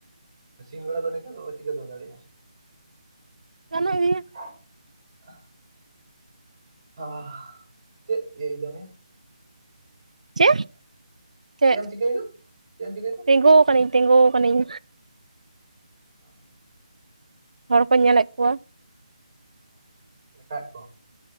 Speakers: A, on the right (about 30°); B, on the right (about 80°).
A: ᱥᱤᱧ ᱵᱮᱲᱟ ᱫᱚ ᱱᱤᱝᱠᱟ ᱫᱚ ᱪᱤᱠᱟᱹᱛᱮᱢ ᱫᱟᱲᱮᱭᱟᱜᱼᱟ
B: ᱜᱟᱱᱚᱜ ᱜᱮᱭᱟ
A: <unintelligible> ᱦᱟᱦ ᱪᱮᱫ ᱤᱭᱟᱹᱭ ᱮᱫᱟᱢ ᱭᱟ
B: ᱪᱮ! ᱪᱮᱫ
A: ᱮᱢ ᱪᱤᱠᱟᱹᱭᱮᱫᱟ ᱪᱮᱫ ᱮᱢ ᱪᱤᱠᱟᱹᱭᱮᱫᱟ
B: ᱛᱮᱝᱜᱚ ᱟᱠᱟᱹᱱᱤᱧ ᱛᱤᱝᱜᱚ ᱟᱠᱟᱹᱱᱤᱧ
A: ᱚ
B: ᱦᱳᱲ ᱠᱚᱧ ᱧᱮᱞᱮᱫ ᱠᱚᱣᱟ
A: ᱚ ᱞᱮᱠᱷᱟᱭᱮᱫ ᱠᱚᱣᱟᱢ